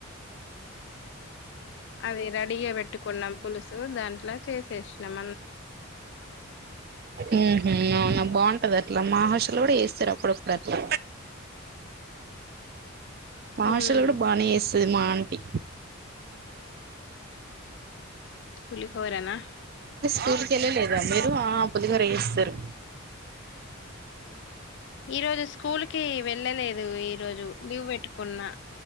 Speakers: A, on the left (about 55°); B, on the right (about 45°).
A: అది రెడీగా పెట్టుకున్నాం పులుసు దాంట్ల చేసేసినం
B: మ్ హు అవున బాగుంటది అట్లా మా హాస్టల్లో కూడా చెస్తారు అప్పుడప్పుడు అట్లా మా హాస్టల్లో
A: ఉమ్
B: కూడా బానే చేస్తది మా ఆంటి
A: పులి హోరనా
B: టూర్కి వెళ్ళలేదా మీరు ఆ పులిహోర చెస్తారు
A: ఈ రోజు స్కూల్ కి వెళ్ళలేదు ఈరోోజు లీవ్ పెట్టుకున్న